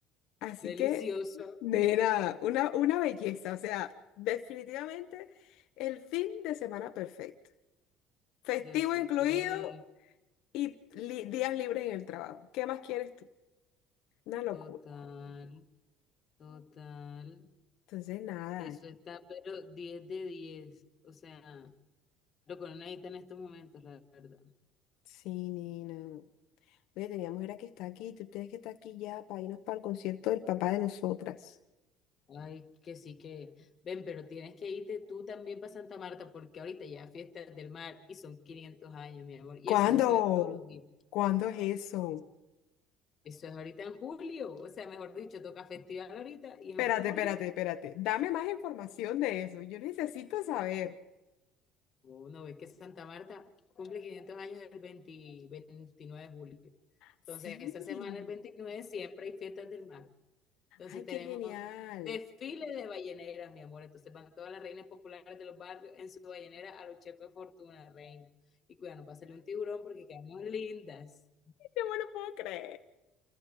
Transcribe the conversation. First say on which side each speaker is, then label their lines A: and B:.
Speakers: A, on the left; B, on the left.
A: Así
B: Delicioso.
A: que, nena, una, una belleza. O sea, definitivamente el fin de semana perfecto. Festivo
B: Yo sí
A: incluido
B: creo.
A: y li- días libres en el trabajo. ¿Qué más quieres tú? Una locura.
B: Total. Total.
A: Entonces, nada,
B: Eso está, pero diez de diez. O sea, lo que uno necesita en estos momentos, la verdad.
A: sí, nena. Oye, teníamos era que está aquí, tú tienes que estar aquí ya para irnos para el concierto del papá de nosotras.
B: Ay, que sí que. Ven, pero tienes que irte tú también para Santa Marta, porque ahorita ya fiestas del mar y son 500 años, mi amor. Y
A: ¿Cuándo?
B: eso no se ve todos los días.
A: ¿Cuándo es eso?
B: Sí, Eso es ahorita en julio, o sea, mejor dicho, toca festival ahorita y en
A: Espérate,
B: julio,
A: espérate, espérate. Dame más información de eso. Yo necesito saber.
B: uno ve que Santa Marta cumple 500 años el 20 29 de julio. Entonces,
A: Sí.
B: esta semana, el 29 siempre hay fiestas del mar. Entonces,
A: Ay,
B: tenemos
A: qué genial.
B: desfile de balleneras, mi amor. Entonces, van todas las reinas populares de los barrios en su ballenera a los chefes Fortuna, reina. Y cuidado, no va a un tiburón porque quedamos lindas.
A: No me lo puedo creer.